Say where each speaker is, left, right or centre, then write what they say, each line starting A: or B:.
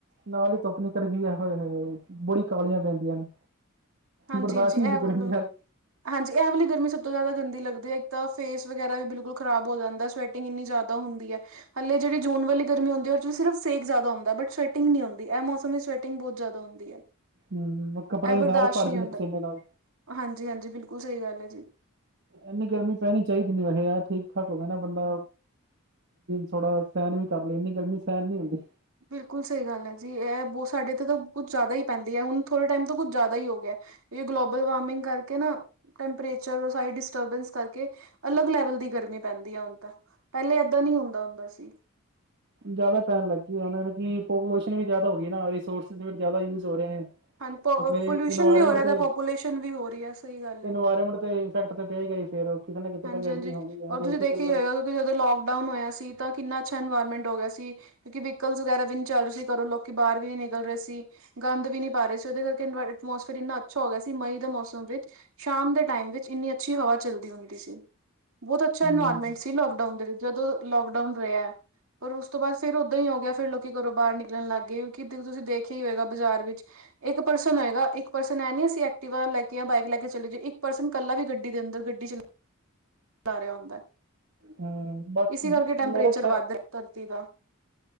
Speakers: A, on the right; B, on the right.
A: ਨਾਲ ਹੀ ਧੁੱਪ ਨਿੱਕਲ ਗਈ ਆ ਹੋਏ ਹੋਏ ਬੁੜੀ ਕਾਲੀਆਂ ਪੈਂਦੀਆਂ ਨੇ।
B: ਹਾਂਜੀ-ਹਾਂਜੀ
A: ਬਰਦਾਸ਼ਤ
B: ਇਹ
A: ਨਹੀਂ ਹੁੰਦੀ
B: ਵੱਲ
A: ਗਰਮੀ ਹੱਲ।
B: ਹਾਂਜੀ ਇਹ ਵਾਲੀ ਗਰਮੀ ਸਭ ਤੋਂ ਜ਼ਿਆਦਾ ਗੰਦੀ ਲੱਗਦੀ ਹੈ ਇੱਕ ਤਾਂ ਫੇਸ ਵਗੈਰਾ ਵੀ ਬਿਲਕੁਲ ਖਰਾਬ ਹੋ ਜਾਂਦਾ ਸਵੈ ਟਿੰਗ ਇੰਨੀ ਜ਼ਿਆਦਾ ਹੁੰਦੀ ਆ। ਹਲੇ ਜਿਹੜੀ ਜੂਨ ਵਾਲੀ ਗਰਮੀ ਹੁੰਦੀ ਉਹ ਸਿਰਫ ਸੇਕ ਜਿਆਦਾ ਹੁੰਦਾ ਬਟ ਸਵੈਟਿੰਗ ਨੀ ਹੁੰਦੀ ਇਹ ਮੌਸਮ ਵਿੱਚ ਸਵੈ ਟਿੰਗ ਬਹੁਤ ਜਿਆਦਾ ਹੁੰਦੀ ਹੈ।
A: ਹੂੰ ਕੱਪੜੇ
B: ਇਹ ਬਰਦਾਸ਼ਤ
A: ਸਾਰੇ ਭਰ
B: ਨਹੀਂ
A: ਜਾਂਦੇ। ਪਸੀਨੇ ਨਾਲ
B: ਹਾਂਜੀ-ਹਾਂਜੀ ਬਿਲਕੁਲ ਸਹੀ ਗੱਲ ਹੈ ਜੀ।
A: ਇੰਨੀ ਗਰਮੀ ਪੈਣੀ ਚਾਹੀਦੀ ਨੀ ਵੈਸੇ ਯਾਰ ਠੀਕ-ਠਾਕ ਹੋਵੇ ਨਾ ਬੰਦਾ ਥੋੜ੍ਹਾ ਸਹਿਣ ਵੀ ਕਰ ਲਈਏ ਇੰਨੀ ਗਰਮੀ ਸਹਿਣ ਨੀ ਹੁੰਦੀ।
B: ਬਿਲਕੁਲ ਸਹੀ ਗੱਲ ਹੈ ਜੀ ਇਹ ਬਹੁਤ ਸਾਡੇ ਇੱਥੇ ਤਾਂ ਕੁੱਛ ਜ਼ਿਆਦਾ ਹੀ ਪੈਂਦੀ ਹੈ। ਹੁਣ ਥੋੜੇ ਟਾਈਮ ਤੋਂ ਕੁੱਝ ਜ਼ਿਆਦਾ ਹੀ ਹੋ ਗਿਆ। ਇਹ ਗਲੋਬਲ ਵਾਰਮਿੰਗ ਕਰਕੇ ਨਾ ਟੈਂਪਰੇਚਰ ਸਾਰੀ ਡਿਸਟਰਬੈਂਸ ਕਰਕੇ ਅਲੱਗ ਲੈਵਲ ਦੀ ਗਰਮੀ ਪੈਂਦੀ ਹੈ ਹੁਣ ਤਾਂ। ਪਹਿਲੇ ਏਦਾਂ ਨੀ ਹੁੰਦਾ ਹੁੰਦਾ ਸੀ।
A: ਜਿਆਦਾ ਪੈਣ ਲੱਗੀ ਉਹਨਾਂ ਨੂੰ ਕਿ ਪੋਪੂਲੇਸ਼ਨ ਵੀ ਜ਼ਿਆਦਾ ਹੋ ਗਈ ਨਾ ਰਿਸੋਰਸਿਸ ਵੀ ਜ਼ਿਆਦਾ ਯੂਜ ਹੋ ਰਹੇ ਨੇ।
B: ਹਾਂਜੀ
A: ਫੇਰ
B: ਪੋਲਿਊਸ਼ਨ
A: ਇਨਵਾਇਰਮੈਂਟ
B: ਵੀ ਹੋ ਰਿਹਾ ਤਾਂ
A: ਤੇ,
B: ਪੋਪੂਲੇਸ਼ਨ ਵੀ ਹੋ ਰਹੀ ਹੈ ਸਹੀ ਗੱਲ ਹੈ।
A: ਇਨਵਾਇਰਮੈਂਟ ਤੇ ਇਫੈਕਟ ਤੇ ਪਏਗਾ ਹੀ ਫੇਰ ਕਿਤੇ ਨਾ ਕਿਤੇ
B: ਹਾਂਜੀ-ਹਾਂਜੀ
A: ਤਾਂ ਗਰਮੀ ਹੋਣੀ ਹੈ ਹੁਣ
B: ਔਰ ਤੁਸੀਂ
A: ਏ ਸੀ
B: ਦੇਖਿਆ
A: ਚੱਲਣ
B: ਹੀ ਹੋਏਗਾ ਕਿਉਂਕਿ ਜਦੋਂ ਲੌਕਡਾਊਨ ਹੋਇਆ ਸੀ ਤਾਂ ਕਿੰਨਾ ਅੱਛਾ ਇਨਵਾਇਰਮੈਂਟ ਹੋ ਗਿਆ ਸੀ। ਕਿਉਂਕਿ ਵੀਕਲਸ ਵਗੈਰਾ ਵੀ ਨੀ ਚੱਲ ਰਹੇ ਸੀ ਘਰੋ ਲੋਕ ਬਾਹਰ ਵੀ ਨੀ ਨਿਕਲ ਰਹੇ ਸੀ। ਗੰਦ ਵੀ ਨਹੀਂ ਪਾ ਰਹੇ ਸੀ ਉਹਦੇ ਕਰਕੇ ਐਟਮੋਸਫੇਅਰ ਇੰਨਾ ਅੱਛਾ ਹੋ ਗਿਆ ਸੀ ਮਈ ਦੇ ਮੌਸਮ ਵਿੱਚ। ਸ਼ਾਮ ਦੇ ਟਾਈਮ ਵਿੱਚ ਇੰਨੀ ਅੱਛੀ ਹਵਾ ਚੱਲਦੀ ਹੁੰਦੀ ਸੀ। ਬਹੁਤ ਅੱਛਾ
A: ਹੂੰ
B: ਇਨਵਾਇਰਮੈਂਟ ਸੀ। ਲੌਕਡਾਊਨ ਦੇ ਵਿੱਚ ਜਦੋਂ ਲੌਕਡਾਊਨ ਹੋਇਆ ਪਰ ਉਸ ਤੋਂ ਬਾਅਦ ਫਿਰ ਓਦਾਂ ਹੀ ਹੋ ਗਿਆ ਫਿਰ ਲੋਕੀ ਘਰੋਂ ਬਾਹਰ ਨਿਕਲਣ ਲੱਗ ਗਏ ਕਿਉਕਿ ਤੁਸੀਂ ਦੇਖਿਆ ਹੀ ਹੋਏਗਾ ਬਾਜ਼ਾਰ ਵਿੱਚ। ਇੱਕ ਪਰਸਨ ਹੋਏਗਾ ਇੱਕ ਪਰਸਨ ਹੈ ਨੀ ਅਸੀਂ ਐਕਟਿਵਾ ਲੈਕੇ ਜਾਂ ਬਾਈਕ ਲੈ ਕੇ ਚਲੇ ਜੇਏ ਇੱਕ ਪਰਸਨ ਇਕੱਲਾ ਵੀ ਗੱਡੀ ਦੇ ਅੰਦਰ ਗੱਡੀ ਚਲੇ ਰਿਹਾ ਹੁੰਦਾ
A: ਹੂੰ ਬਸ
B: ਇਸੀ ਕਰਕੇ ਟੈਂਪਰੇਚਰ
A: ਮੇਰੇ ਖਿਆ
B: ਵੱਧ ਰਿਹਾ ਧਰਤੀ ਦਾ